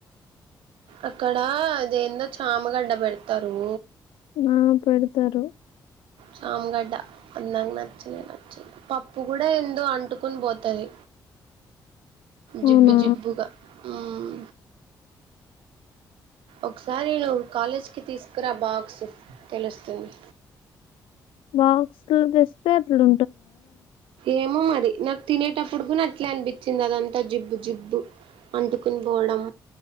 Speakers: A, on the right (about 80°); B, on the left (about 80°).
A: అక్కడ అదే ఏందో చామగడ్డ పెడతారు
B: నా పెడతారు
A: సాము గడ్డ అద్ నాకు నచ్చనే నచ్చదు పప్పు గూడా ఏందో అంటుకుని పోతది
B: అవునా
A: జిబ్బు జిబ్బుగా హ్మ్ ఒకసారి నువ్వు కాలేజ్ కి తీసుకురా బాక్స్ తెలుస్తుంది
B: బాక్స్లు తెస్తే ఎట్లు
A: ఏమో మరి నాకు తినేటప్పుడు కూడా అట్లే అనిపించింది అదంతా జిబ్బు జిబ్బు అంటుకుని పోవడం